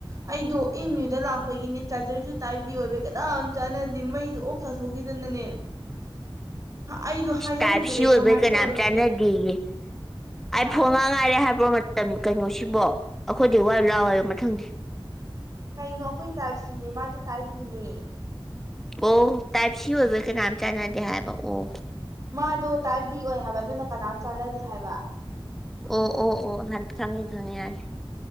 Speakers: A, on the right (about 40°); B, in the centre.
A: ꯑꯩꯗꯣ ꯏꯪ ꯌꯌꯨꯗ ꯂꯥꯛꯄꯒꯤꯅꯦ ꯆꯥꯔꯖꯔꯁꯨ ꯇꯥꯏꯞꯕꯤ ꯑꯣꯏꯕ ꯀꯗꯥꯝ ꯆꯥꯟꯅꯗꯦ ꯃꯩꯗꯨ ꯑꯣꯐ ꯆꯥꯊꯣꯛꯈꯤꯗꯅꯅꯦ ꯑꯩꯗꯣ ꯍꯥꯏꯍꯧꯗ꯭ꯔꯦ
B: ꯇꯥꯏꯞꯁꯤ ꯑꯣꯏꯕꯩ
A: ꯀꯃꯥꯏꯅ
B: ꯀꯅꯥꯝ
A: ꯇꯧꯔꯒꯦꯅ
B: ꯆꯥꯟꯅꯗꯦꯌꯦ ꯑꯩ
A: ꯍꯥ
B: ꯐꯣꯡꯉ ꯉꯥꯏꯔꯦ ꯍꯥꯏꯕ ꯣ ꯃꯇꯝ ꯀꯩꯅꯣꯁꯤꯕꯣ ꯑꯩꯈꯣꯏꯗꯤ ꯋꯥ ꯂꯥꯛꯋꯕ ꯃꯊꯪꯗꯤ
A: ꯀꯩꯅꯣ ꯑꯩꯈꯣꯏ ꯇꯥꯏꯞ ꯁꯤꯅꯦ ꯃꯥꯗꯤ ꯇꯥꯏꯞꯀꯤꯅꯦ
B: ꯑꯣ ꯇꯥꯏꯞ ꯁꯤ ꯑꯣꯏꯕ ꯀꯅꯥꯝ ꯆꯅꯗ ꯍꯥꯏꯕ ꯑꯣ
A: ꯃꯥꯗꯣ ꯇꯥꯏꯞ ꯕꯤ ꯑꯣꯏ ꯍꯥꯏꯕ ꯑꯗꯨꯅ ꯀꯅꯥꯝ ꯆꯥꯟꯅꯗꯦ ꯍꯥꯏꯕ
B: ꯑꯣ ꯑꯣ ꯑꯣ ꯍꯥ ꯈꯥꯉꯦ ꯈꯪꯉꯦ ꯍꯥꯏꯔ